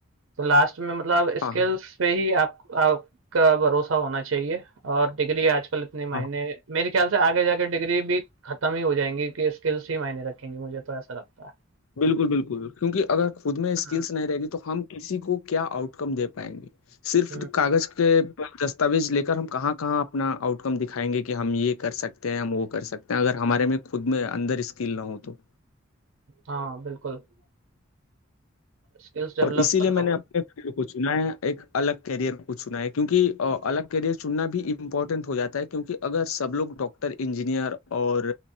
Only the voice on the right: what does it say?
तो लास्ट में मतलब
स्किल्स पे ही आप आपका भरोसा होना चाहिए और डिग्री आजकल इतनी
मायने मेरे ख्याल से आगे जाके डिग्री भी खत्म ही हो जाएंगी कि स्किल्स ही मायने रखेंगी मुझे तो ऐसा लगता है
हम्म
हम्म
हाँ बिल्कुल स्किल्स डेवलप
करना
बहुत